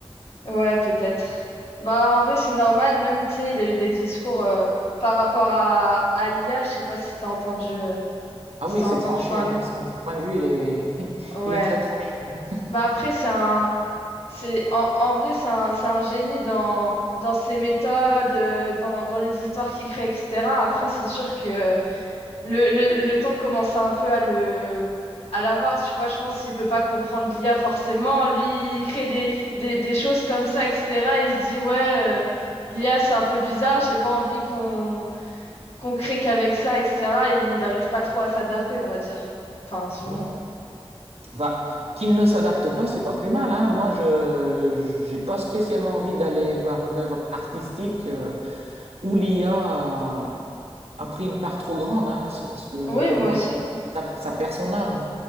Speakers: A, on the left; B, on the right.
A: Ouais, peut-être. Bah, en vrai, c'est normal, même, tu sais, il a eu des discours euh, par rapport à, à l'IA, je sais pas si t'as entendu, euh,
B: Ah
A: si
B: oui,
A: t'as
B: c'est
A: entendu
B: tranché,
A: parler.
B: hein, son son point de vue, il est <laughs>
A: Ouais.
B: il est très tranché, hein.
A: Bah, après, c'est un... C'est, en, en vrai, c'est un, c'est un génie dans, dans ses méthodes, euh, dans, dans les histoires qu'il crée, etc. Après, c'est sûr que euh, le, le, le temps commence un peu à le, à l'avoir, tu vois. Je pense qu'il peut pas comprendre l'IA forcément. Lui, il crée des, des, des choses comme ça, etc. Il se dit, ouais, euh, l'IA, c'est un peu bizarre, j'ai pas envie qu'on qu'on crée qu'avec ça, etc. Il n'arrive pas trop à s'adapter, on va dire. Enfin, selon
B: Ouais.
A: moi.
B: Enfin, qu'il ne s'adapte pas, c'est pas plus mal, hein. Moi, je j'ai pas spécialement envie d'aller voir une œuvre artistique, heu, où l'IA a a a pris une part trop grande, hein. C'est parce que
A: Oui,
B: pour
A: moi
B: moi,
A: aussi.
B: ça ça ça perd son âme.